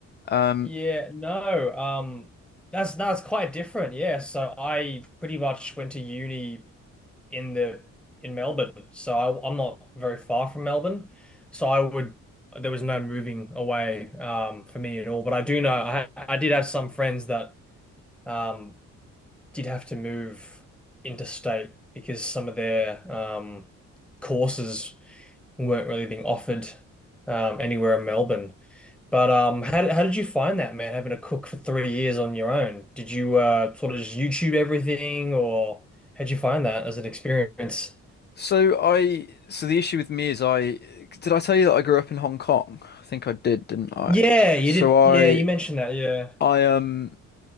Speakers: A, on the left; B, in the centre.
A: Um
B: Yeah, no. Um, that's that's quite different. Yeah, so I pretty much went to uni in the in Melbourne, so I, I'm not very far from Melbourne. So I would there was no moving away um for me at all. But I do know I ha- I did have some friends that um did have to move interstate because some of their um courses weren't really being offered um anywhere in Melbourne. But um, how did- how did you find that, man, having to cook for three years on your own? Did you uh sort of just YouTube everything, or how'd you find that as an experience?
A: so I so the issue with me is I did I tell you that I grew up in Hong Kong? I think I did, didn't I?
B: Yeah, you
A: So
B: did.
A: I
B: Yeah, you mentioned that. Yeah.
A: I um